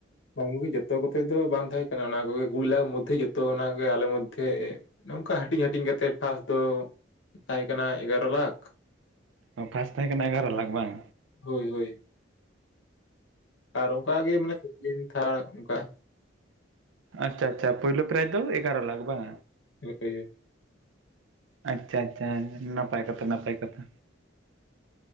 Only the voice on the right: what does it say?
ᱚ ᱯᱷᱟᱥ ᱛᱟᱦᱮᱸ ᱠᱟᱱᱟ ᱮᱜᱟᱨᱚ ᱞᱟᱠᱷ ᱵᱟᱝ?
ᱟᱪᱪᱷᱟ ᱟᱪᱪᱷᱟ ᱯᱳᱞᱳᱭ ᱯᱨᱟᱭᱤᱡᱽ ᱫᱚ ᱮᱜᱟᱨᱚ ᱞᱟᱠᱷ ᱵᱟᱝ᱾
ᱟᱪᱪᱷᱟ ᱟᱪᱪᱷᱟ ᱱᱟᱯᱟᱭ ᱠᱟᱛᱷᱟ ᱱᱟᱯᱟᱭ ᱠᱟᱛᱷᱟ᱾